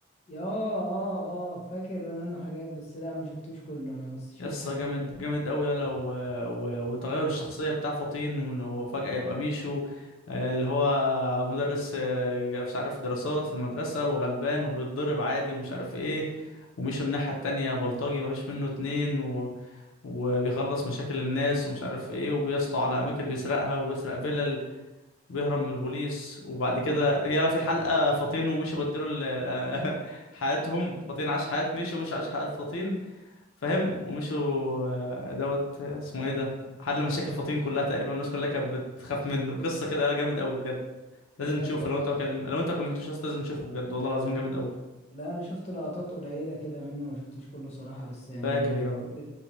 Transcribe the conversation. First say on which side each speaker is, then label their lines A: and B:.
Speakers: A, on the left; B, on the left.
A: يا اه اه آه، فاكر منه حاجات بس لا ما شفتوش كله انا بس شفت
B: يسا
A: حاجات
B: جامد
A: كده
B: جامد قوي يلا و... و... وتغير الشخصية بتاع فطين وفجأة يبقى ميشو آه، اللي هو مدرس آه، مش عارف دراسات في المدرسة وغلبان وبيتضرب عادي ومش عارف ايه وميشو الناحية التانية بلطجي مفيش منه اتنين و... وبيخلص مشاكل الناس ومش عارف ايه وبيسطو على أماكن بيسرقها وبيسرق فيلل وبيهرب من البوليس وبعد كده يلا في حلقة فطين وميشو بدلوا ال- <laughs> حياتهم فطين عاش حياة ميشو وميشو عاش حياة فطين فاهم ومشوا آه، دوت آه، اسمه ايه ده حل مشاكل فطين كلها تقريبا الناس كلها كانت بتخاف منه قصه كده لا جامد قوي بجد
A: بجد
B: لازم تشوفه
A: والله
B: لو انت وكلم... لو انت ما كملتوش يا اسطى لازم تشوفه بجد والله العظيم جامد قوي
A: لا انا شفت لقطات قليلة كده منه ما شفتوش كله صراحة بس يعني
B: فاجر يا
A: فكرة